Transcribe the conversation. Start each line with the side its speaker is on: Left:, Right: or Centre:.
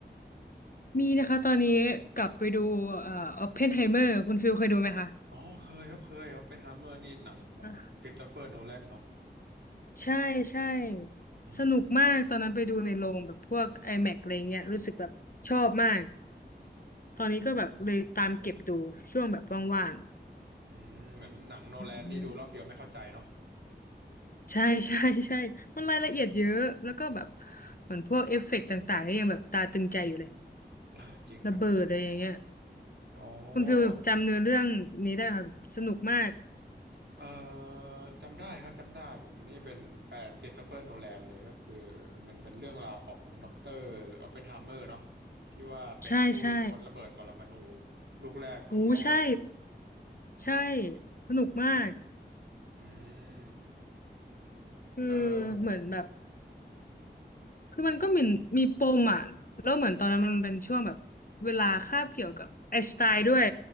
Left: มีนะคะตอนนี้กลับไปดูเอ่อออปเพนไฮเมอร์คุณฟิลเคยดูไหมคะ
Right: อ๋อเคยครับเคยครับเป็นฮัมเมอร์นี่หนังของคริสโตเฟอร์โนแลนเนาะ
Left: อ่ะใช่ใช่
Right: อืม
Left: สนุกมากตอนนั้นไปดูในโรงแบบพวก IMAX อแม็กซ์อะไรเงี้ยรู้สึกแบบชอบมากตอนนี้ก็แบบเลยตามเก็บดูช่วงแบบว่าง
Right: อืมอืมอืมเหมือนหนังโนแลนนี่ดูรอบเดียวไม่เข้าใจเนาะ
Left: ๆอืมใช่ใช่ใช่มันรายละเอียดเยอะแล้วก็แบบเหมือนพวกเอฟเฟกต์ต่างๆนี่ยังแบบตาตึงใจอยู่เลย
Right: อ่าจริงครับจริง
Left: ระเบิดอะไรอย่างเงี้ย
Right: โอ
Left: คุณฟิลจำเนื้อเรื่องนี้ได้ครับสนุกมาก
Right: ้ เอ่อจำได้ครับจำได้ผมนี่เป็นแฟนค h r i s t เฟอร์โนแลนเลยก็คือมันเป็นเรื่องราวของด็อกเตอร์ออปเพนไฮเมอร์เนาะที่ว่าเป็นผู้คิดค้นระเบิดปรมาณู
Left: ใช่ใช่
Right: ลูกแรกของโลก
Left: โอ้ใช่ใช่สนุกมาก
Right: อืม
Left: คือ
Right: เออ
Left: เหมือนแบบคือมันก็มีมีปมอ่ะแล้วเหมือนตอนนั้นมันเป็นช่วงแบบเวลาคาบเกี่ยวกับไอน์สไตน์ด้วย